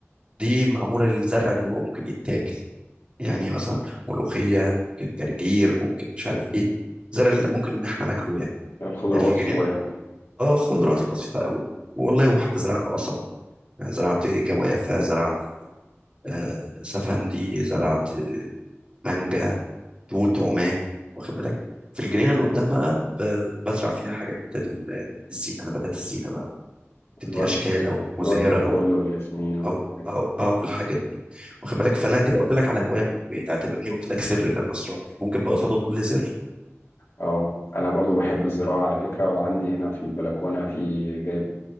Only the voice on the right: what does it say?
دي معموله للزرع اللي هو ممكن يتاكل يعني مثلا ملوخيه
ممكن جرجير ممكن مش عارف ايه الزرع اللي ممكن ان احنا ناكله يعني
الجنين
اللي قد- اه خضروات البسيطه قوي والله وحتى زرعت قصب زرعت جوافه زرعت آه سفندي زرعت آه، مانجا توت روماني واخد بالك في الجنينه اللي
قدام بقى ب- بزرع فيها حاجات ال- الزينه نباتات الزينه بقى تدي
اشكال او المزهره
او ال-
او او او الحاجات دي واخد بالك فانا كده قلت لك على هوايه من هواياتي اعتبرني قلت لك سر من الاسرار ممكن بقى قصاده تقول لي سر